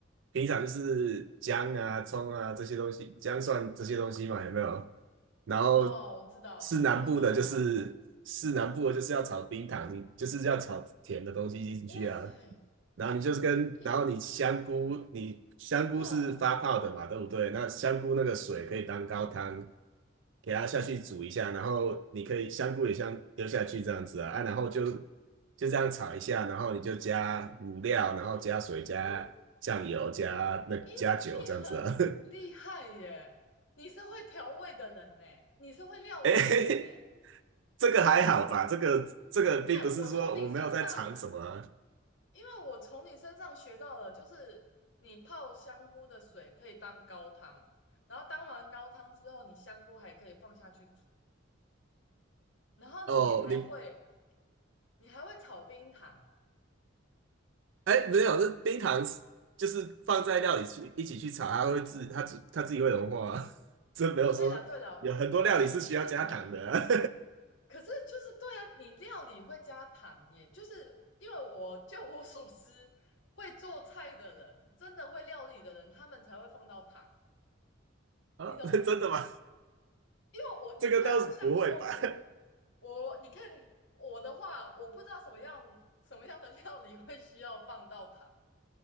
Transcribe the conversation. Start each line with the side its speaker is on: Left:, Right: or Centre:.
Right: 平常就是姜啊、葱啊这些东西，姜蒜这些东西嘛，有没有？然后
Left: 哦，我知道，
Right: 是南部的，
Left: 这个还好。
Right: 就是是南部的，就是要炒冰糖，你就是要炒甜的东西进去啊。
Left: 哇塞，
Right: 然后你就是跟，
Left: 你
Right: 然后你香菇，你香菇是发泡的嘛，
Left: 嗯
Right: 对不对？那香菇那个水可以当高汤，
Left: 嗯
Right: 给它下去煮一下，
Left: 嗯，
Right: 然后你可以香菇也像丢下去这样子啊，啊，然后就就这样炒一下，然后你就加卤料，然后加水、加酱油、
Left: 哟
Right: 加那加酒这样子啊。
Left: 你你很厉害耶！
Right: <laughs>
Left: 你是会调味的人呢，你是会料理的人呢。
Right: 哎，
Left: 哎
Right: 这个还好吧？这个这个并不是说我没有在尝什么啊
Left: 我从你身上因为我从你身上学到了，就是你泡香菇的水可以当高汤，然后当完高汤之后，你香菇还可以放下去煮，然后你还会
Right: 哦，你
Left: 你还会炒冰糖哦。
Right: 哎没有，这冰糖是就是放在料理去一起去炒，它会自它自它自己会融化啊，<laughs> 这没有说有很多料理是需要加糖的啊，
Left: 对了对了对了，我知道。<laughs> 可是就是对啊，你料理会加糖耶，就是因为我就我所知，会做菜的人，真的会料理的人，他们才会放到糖，
Right: <laughs> 啊真的吗？
Left: 你懂吗？因为我你看哦，
Right: 这个倒是不会吧？
Left: 像你问我。
Right: <laughs>
Left: 我你看我的话，我不知道什么样什么样的料理会需要放到糖，